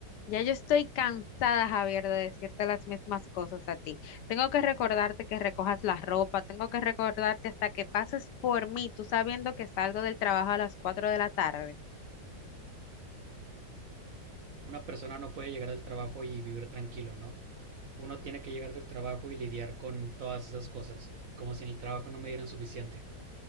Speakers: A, on the left; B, on the right.
A: Ya yo estoy cansada, Javier, de decirte las mismas cosas a ti. Tengo que recordarte que recojas la ropa, tengo que recordarte hasta que pases por mí, tú sabiendo que salgo del trabajo a las 4 de la tarde.
B: una persona no puede llegar del trabajo y vivir tranquilo, ¿no? Uno tiene que llegar del trabajo y lidiar con todas esas cosas, como si en el trabajo no me dieran suficiente.